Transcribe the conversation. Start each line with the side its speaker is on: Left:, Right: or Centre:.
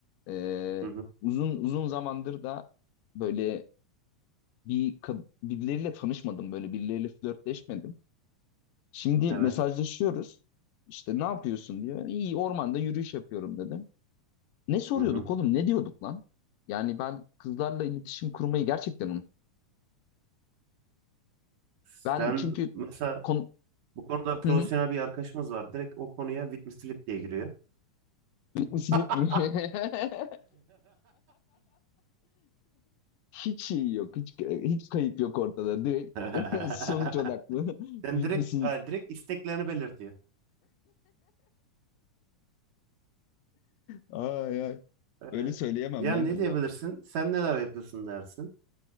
Left: E,
Right: hı,
Left: uzun uzun zamandır da böyle bir kad- birileriyle tanışmadım böyle birileriyle flörtleşmedim. Şimdi
Right: evet.
Left: mesajlaşıyoruz. İşte ne yapıyorsun diyor. İyi ormanda yürüyüş yapıyorum dedim. Ne soruyorduk
Right: Hı hı.
Left: oğlum? Ne diyorduk lan? Yani ben kızlarla iletişim kurmayı gerçekten unuttum.
Right: Sen
Left: Ben çünkü
Right: mesela
Left: kon...
Right: bu konuda profesyonel
Left: Hı hı.
Right: bir arkadaşımız var. Direkt o konuya witness slip diye giriyor.
Left: Bitmişsiniz
Right: <laughs>
Left: mi? <laughs> Hiç şey yok. Hiç, hiç kayıp yok ortada. Direkt
Right: <laughs>
Left: <laughs> sonuç odaklı. <laughs>
Right: Sen
Left: Bitmişsiniz.
Right: direkt, ha, direkt isteklerini belirtiyor.
Left: Ay ay.
Right: Öyle.
Left: Öyle söyleyemem
Right: Yani
Left: lan
Right: ne
Left: kıza.
Right: diyebilirsin? Sen neler yapıyorsun dersin.